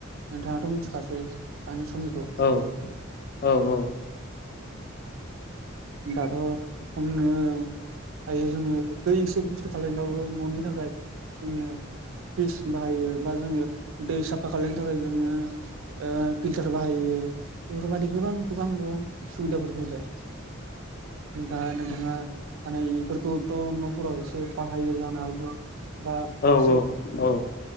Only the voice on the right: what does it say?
नोंथाङाथ' मिथिखासै। आंनि समनिखौ
दाथ' संनो हायो जोङो दै एसे बुस्थु खालायबावो न'नि थाखाय जोङो फ्रिस बाहायो बा जोङो दै साफा खालायनो थाखाय जोङो ओ फिल्टार बाहायो बेफोरबायदि गोबां गोबां गोबां सुबिदाफोर फैबाय। दा नोंथाङा माने बेफोरखौथ' न'फोराव एसे बाहायो जानो हागौ बा
एसे